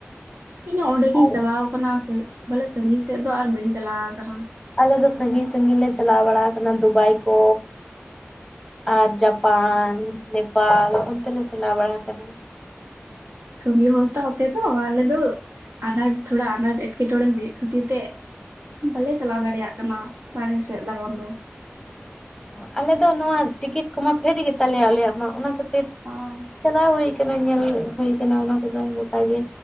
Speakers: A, on the right; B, in the centre.
A: ᱤᱧ ᱚᱸᱰᱮ ᱜᱤᱧ
B: ᱟᱨ
A: ᱪᱟᱞᱟᱣ ᱟᱠᱟᱱᱟ ᱥᱮ ᱵᱟᱞᱮ ᱥᱟᱺᱜᱤᱧ ᱥᱮᱫ ᱫᱚ ᱟᱨ ᱵᱟᱹᱧ ᱪᱟᱞᱟᱣ ᱟᱠᱟᱱᱟ᱾
B: ᱟᱞᱮ ᱫᱚ ᱥᱟᱺᱜᱤᱧ ᱥᱟᱺᱜᱤᱧ ᱞᱮ ᱪᱟᱞᱟᱣ ᱵᱟᱲᱟ ᱟᱠᱟᱱᱟ ᱫᱩᱵᱟᱭ ᱠᱚ, ᱟᱨ ᱡᱟᱯᱟᱱ ᱱᱮᱯᱟᱞ ᱚᱱᱛᱮ ᱞᱮ ᱪᱟᱞᱟᱣ ᱵᱟᱲᱟ ᱟᱠᱟᱱᱟ᱾
A: ᱠᱟᱹᱢᱤ ᱦᱚᱲ ᱛᱚ ᱟᱯᱮ ᱫᱚ ᱟᱞᱮ ᱫᱚ ᱟᱱᱟᱴ ᱛᱷᱚᱲᱟ ᱟᱱᱟᱴ ᱮᱴᱸᱠᱮ ᱴᱚᱸᱬᱮ ᱦᱩᱭᱩᱜ ᱠᱷᱟᱹᱛᱤᱨ ᱛᱮ ᱵᱟᱞᱮ ᱪᱟᱞᱟᱣ ᱫᱟᱲᱮᱭᱟᱜ ᱠᱟᱱᱟ ᱵᱟᱨᱦᱮ ᱥᱮᱫ ᱫᱟᱲᱟᱱ ᱫᱚ
B: ᱟᱞᱮ ᱫᱚ ᱱᱚᱣᱟ ᱴᱤᱠᱤᱴ ᱠᱚᱢᱟ ᱯᱷᱨᱤ ᱜᱮ ᱛᱟᱞᱮᱭᱟ ᱟᱞᱮᱭᱟᱜ ᱢᱟ ᱚᱱᱟ ᱠᱷᱟᱹᱛᱤᱨ
A: ᱦᱳᱭ
B: ᱪᱟᱞᱟᱣ ᱦᱩᱭ ᱟᱠᱟᱱᱟ ᱧᱮᱞ ᱦᱩᱭ ᱟᱠᱟᱱᱟ ᱚᱱᱟ ᱠᱚᱫᱚ ᱜᱚᱴᱟ ᱜᱮ᱾